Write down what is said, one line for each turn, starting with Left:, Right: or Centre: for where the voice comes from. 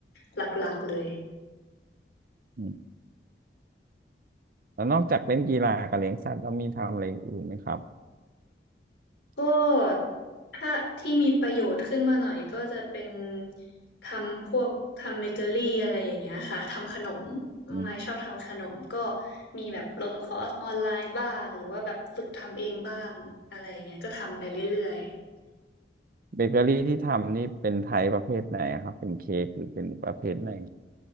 Left: หลักๆเลย
Right: อืมแล้วนอกจากเล่นกีฬากับเลี้ยงสัตว์แล้วมีทำอะไรอื่นไหมครับ
Left: ก็ถ้าที่มีประโยชน์ขึ้นมาหน่อยก็จะเป็นทำพวกทำเบเกอรี่อะไรอย่างเงี้ยค่ะ ทำขนม
Right: อืม
Left: ไม่ชอบทำขนมก็มีแบบลงคอร์สออนไลน์บ้าง หรือว่าแบบฝึกทำเองบ้างอะไรอย่างเงี้ยก็ทำไปเรื่อยๆ
Right: เบเกอรี่ที่ทำนี่เป็นไทยประเภทไหนอะครับ เป็นเค้กหรือเป็นประเภทไหน